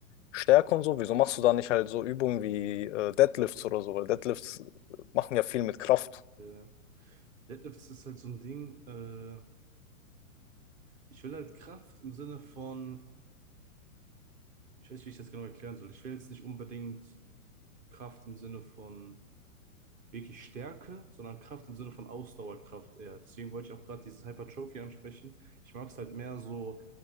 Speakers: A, on the left (about 55°); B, on the right (about 20°).
A: stärker und so, wieso machst du da nicht halt so Übungen wie äh, Deadlifts oder so? Weil Deadlifts machen ja viel mit Kraft.
B: äh, Deadlifts ist halt so ein Ding, äh, ich will halt Kraft im Sinne von, ich weiß nicht, wie ich das genau erklären soll. Ich will jetzt nicht unbedingt Kraft im Sinne von wirklich Stärke, sondern Kraft im Sinne von Ausdauerkraft eher. Deswegen wollte ich auch gerade dieses Hypertrophy ansprechen. Ich mag es halt mehr so